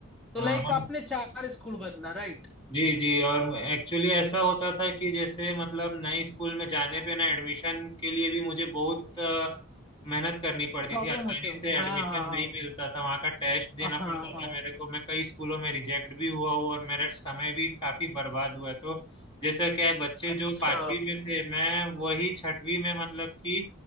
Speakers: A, in the centre; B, on the left.
A: तो
B: हाँ
A: लाइक
B: हम
A: आपने चार स्कूल बदला राइट
B: जी जी और एक्चुअली ऐसा होता था कि जैसे मतलब नए स्कूल में जाने पे ना एडमिशन के लिए भी मुझे बहुत अ, मेहनत करनी पड़ती
A: प्रॉब्लम
B: थी आसानी
A: होते होंगे
B: से एडमिशन
A: हाँ हाँ
B: नहीं मिलता था वहाँ का टेस्ट देना
A: हाँ हाँ
B: पड़ता
A: हाँ हाँ।
B: था मेरे को मैं कई स्कूलों में रिजेक्ट भी हुआ हूँ और मेरा समय भी काफी बर्बाद हुआ है तो जैसा क्या है बच्चे
A: अच्छा
B: जो पांचवी में थे मैं वही छठवीं में मतलब कि